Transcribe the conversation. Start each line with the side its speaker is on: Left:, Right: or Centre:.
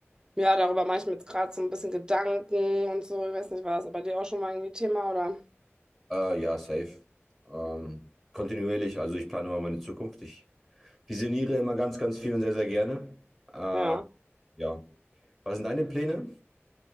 Right: ja, darüber mache ich mir jetzt gerade so ein bisschen Gedanken und so. Ich weiß nicht, war das bei dir auch schon mal irgendwie Thema oder?
Centre: Äh, ja, safe. Ähm, kontinuierlich, also ich plane immer meine Zukunft. Ich visioniere immer ganz, ganz viel und sehr, sehr gerne. Äh,
Right: Ja.
Centre: ja. Was sind deine Pläne?